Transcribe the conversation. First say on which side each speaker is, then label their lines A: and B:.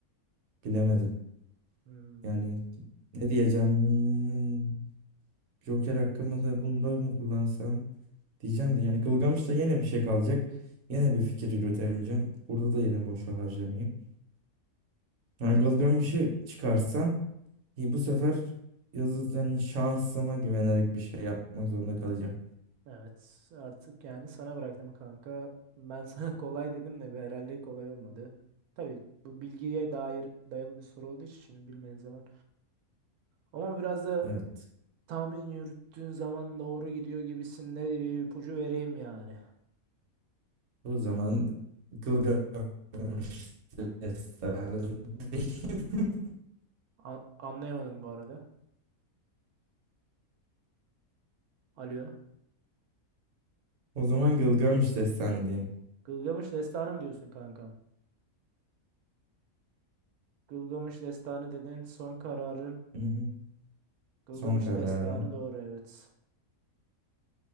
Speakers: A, on the right; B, on the right.
A: bilemedim.
B: Hmm,
A: Yani ne diyeceğim? Joker hakkımı da bunda mı kullansam diyeceğim de yani Gılgamış'ta yine bir şey kalacak. Yine bir fikir yürütemeyeceğim. Burada da yine boşa harcamayayım. Yani Gılgamış'ı çıkarsan iyi, bu sefer yazı yani şansıma güvenerek bir şey yapmak zorunda kalacağım.
B: evet artık yani sana bıraktım kanka. Ben sana <laughs> kolay dedim de be, herhalde kolay olmadı. Tabii bu bilgiye dair dayalı bir soru olduğu için şimdi bilmeniz zaman. Ama biraz da
A: Evet.
B: tahmin yürüttüğün zaman doğru gidiyor gibisinde bir ipucu vereyim yani.
A: O zaman Gılgamış Destanı <laughs>
B: A- anlayamadım bu arada. Alo.
A: O zaman Gılgamış Destanı'deyim.
B: Gılgamış Destanı mı diyorsun kanka? Gılgamış Destanı dedin. Son kararın
A: Hı hı.
B: Gılgamış
A: Son kararım.
B: Destanı doğru evet.